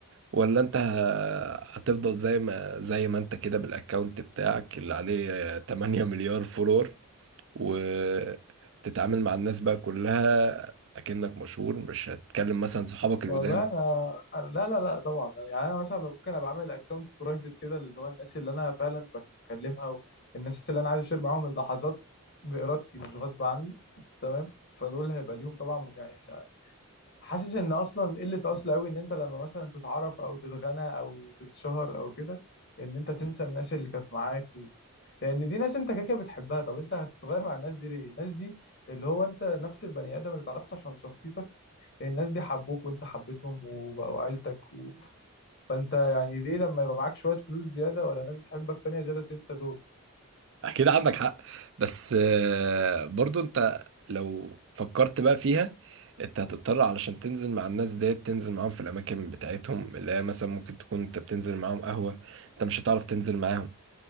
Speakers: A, on the right (about 55°); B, on the left (about 50°).
A: ولا انت ه- هتفضل زي ما زي ما انت كده بالاكونت بتاعك اللي عليه آه، 8 مليار فولور وتتعامل مع الناس بقى كلها اكنك مشهور مش هتكلم مثلا صحابك
B: والله
A: القدام
B: انا انا لا لا لا طبعا يعني انا مثلا ممكن ابقى اعمل اكونت برايفت كده اللي هو الناس اللي انا فعلا بكلمها والناس اللي انا عايز اشير معاهم اللحظات بارادتي مش غصب عني تمام فدول هيبقى ليهم طبعا يعني حاسس ان اصلا قله اصل قوي ان انت لما مثلا تتعرف او تتغنى او تتشهر او كده ان انت تنسى الناس اللي كانت معاك و... لان دي ناس انت كده كده بتحبها طب انت هتتغير مع الناس دي ليه الناس دي اللي هو انت نفس البني ادم اللي اتعرفت عشان شخصيتك لان الناس دي حبوك وانت حبيتهم وبقوا عيلتك و... فانت يعني ليه لما يبقى معاك شويه فلوس زياده ولا ناس بتحبك تانية زياده تنسى دول
A: اكيد عندك حق بس آه، برضو انت لو فكرت بقى فيها انت هتضطر علشان تنزل مع الناس ديت تنزل معاهم في الاماكن بتاعتهم اللي هي مثلا ممكن تكون انت بتنزل معاهم قهوة انت مش هتعرف تنزل معاهم